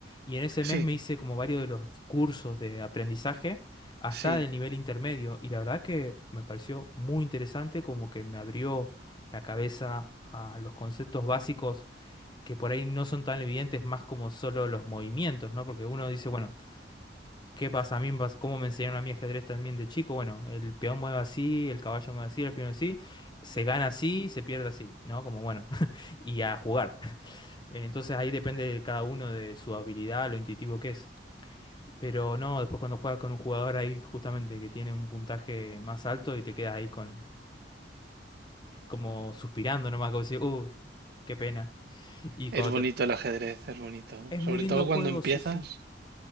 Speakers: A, on the left; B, on the right.
A: y en ese mes
B: Sí,
A: me hice como varios de los cursos de aprendizaje hasta
B: Sí,
A: el nivel intermedio. Y la verdad que me pareció muy interesante, como que me abrió la cabeza a los conceptos básicos que por ahí no son tan evidentes, más como solo los movimientos, ¿no? Porque uno dice, bueno, ¿qué pasa a mí? pas- ¿Cómo me enseñaron a mí ajedrez también de chico? Bueno, el peón mueve así, el caballo mueve así, el alfil mueve así, se gana así, se pierde así, ¿no? Como bueno, <laughs> y a jugar. <laughs> Entonces ahí depende de cada uno de su habilidad, lo intuitivo que es. Pero no, después cuando juegas con un jugador ahí justamente que tiene un puntaje más alto y te quedas ahí con como suspirando nomás, como decir, uh, qué pena. Y cuando
B: es bonito
A: te...
B: el ajedrez, es bonito.
A: Es
B: Sobre
A: muy lindo
B: todo cuando
A: juego,
B: empiezas,
A: sí, sí.